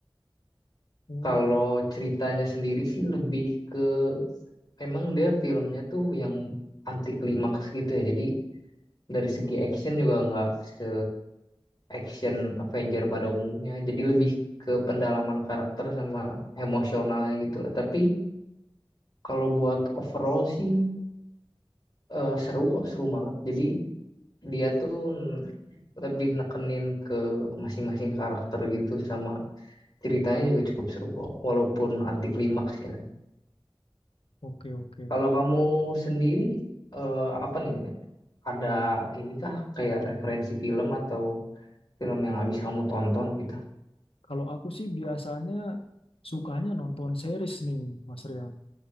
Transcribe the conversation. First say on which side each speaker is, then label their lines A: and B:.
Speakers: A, on the left; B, on the left.
A: Oh,
B: Kalau ceritanya sendiri sih lebih ke memang dia filmnya tuh yang anti klimaks gitu ya. Jadi dari segi action juga nggak se action Avenger pada umumnya. Jadi lebih ke pendalaman karakter sama emosionalnya gitu. Tapi Kalau buat overall sih eh, seru kok, seru banget. Jadi dia tuh n- lebih nekenin ke masing-masing karakter gitu sama ceritanya juga cukup seru kok, walaupun anti klimaks ya.
A: oke oke
B: Kalau
A: Kak.
B: kamu sendiri eh, apa nih? Ada ini kah kayak referensi film atau film yang habis kamu tonton gitu?
A: Kalau aku sih biasanya sukanya nonton series nih, Mas Rian.